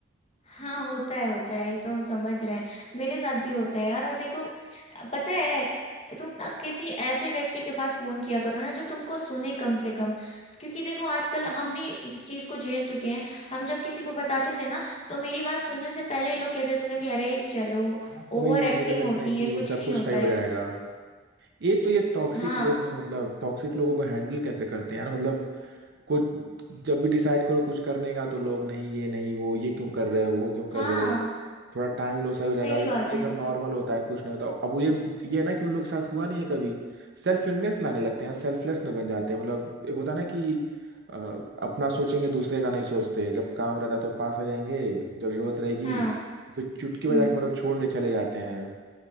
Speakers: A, on the left; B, on the right.
A: हाँ होता है होता है ये तो हम समझ रहे हैं मेरे साथ भी होता है यार और देखो पता है तुम ना किसी ऐसे व्यक्ति के पास फोन किया करो ना जो तुमको सुने कम से कम क्योंकि देखो आजकल हम भी इस चीज को झेल चुके हैं हम जब किसी को बताते थे ना तो मेरी बात सुनने से पहले ही लोग कह देते थे कि अरे चलो
B: हाँ, तो
A: ओवर
B: वही तो
A: एक्टिंग
B: बोलने लगते
A: होती
B: हैं कि
A: है कुछ
B: सब
A: नहीं
B: कुछ
A: होता
B: तय हो
A: है
B: जाएगा एक तो ये टॉक्सिक
A: हाँ
B: लोग ना मतलब टॉक्सिक लोगों को हैंडल कैसे करते हैं यार मतलब कुछ जब भी डिसाइड करो कुछ करने का तो लोग नहीं ये नहीं वो ये क्यों कर रहे हो वो क्यों
A: हाँ
B: कर रहे हो थोड़ा टाइम लो सही हो जाएगा
A: सही बात
B: ये
A: है
B: सब नॉर्मल होता है कुछ नहीं होता अब वो ये ये है ना कि उन लोग के साथ हुआ नहीं है कभी सेल्फलेस लाने लगते हैं सेल्फलेस में बन जाते हैं मतलब एक होता है ना कि अ, अपना सोचेंगे दूसरे का नहीं सोचते जब काम रहता है तो पास आ जाएंगे जब जरूरत रहेगी
A: हाँ
B: फिर चुटकी बजा
A: हम्म
B: के मतलब छोड़ के चले जाते हैं